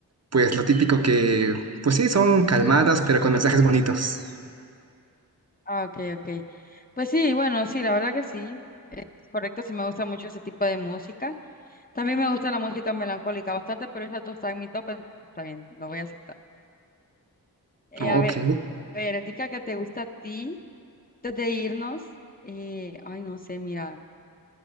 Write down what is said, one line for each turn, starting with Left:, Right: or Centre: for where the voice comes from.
Right: pues lo típico que, pues sí, son calmadas, pero con mensajes bonitos.
Left: Ah, ok, ok. Pues sí, bueno, sí, la verdad que sí. Es correcto, sí me gusta mucho ese tipo de música. También me gusta la música melancólica bastante, pero esas dos están en mi top, entonces está bien, lo voy a aceptar. Eh,
Right: Ok.
Left: a ver, a ver, típica que te gusta a ti, antes de irnos, eh, ay, no sé, mira,